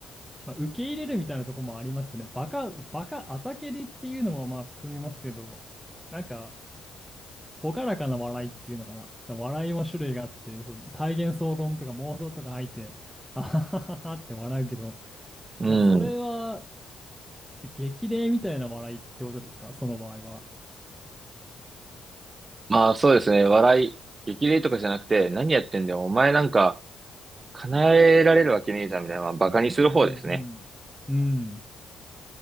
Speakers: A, in the centre; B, on the right (about 35°).
A: まあ、受け入れるみたいなとこもありますよね。バカ、バカ、あざけりっていうのもまあ含みますけど、なんか、朗らかな笑いっていうのかな。だから笑いも種類があって、そう、体現荘厳とか妄想とか入って、あははははって笑うけど、
B: うん。
A: なそれは激励みたいな笑いってことですかその場合は。
B: まあ、そうですね。笑い、激励とかじゃなくて、何やってんだよ。お前なんか、叶えられるわけねえじゃん、みたいな、まあ、バカにする方ですね。
A: うんうん。うん。